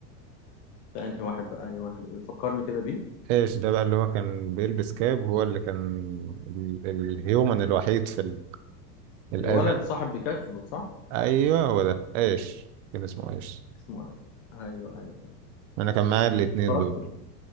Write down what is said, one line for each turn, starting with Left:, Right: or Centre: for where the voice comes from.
Left: ده انهي واحد بقى انهي واحد قول فكرني كده بيه
Right: ايش ده بقى اللي هو كان بيلبس كاب هو اللي كان ال- الهيومن الوحيد في ال... الأز...
Left: الولد صاحب بيكاتشو صح
Right: ايوه هو ده ايش كان اسمه ايش
Left: اسمه ايه ايوه ايوه ايوه
Right: انا كان معايا الاتنين
Left: اتفرجت
Right: دول